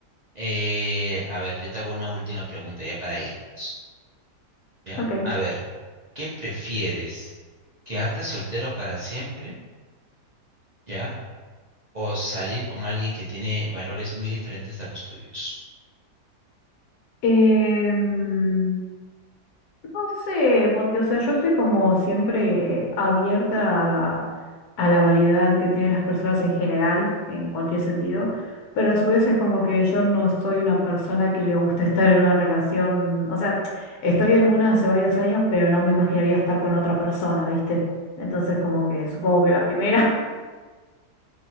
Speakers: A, on the right; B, on the left.
A: Eh, a ver, yo te hago una última pregunta ya para irnos. ¿Ya?
B: Ok.
A: A ver, ¿qué prefieres? ¿Quedarte soltero para siempre? ¿Ya? ¿O salir con alguien que tiene valores muy diferentes a los tuyos?
B: em, No sé, porque, o sea, yo estoy como siempre eh, abierta a, a la variedad que tienen las personas en general, en cualquier sentido, pero a su vez es como que yo no soy una persona que le gusta estar en una relación, o sea, estoy en una hace varios años, pero no me imaginaría estar con otra persona, ¿viste? Entonces como que supongo que la primera,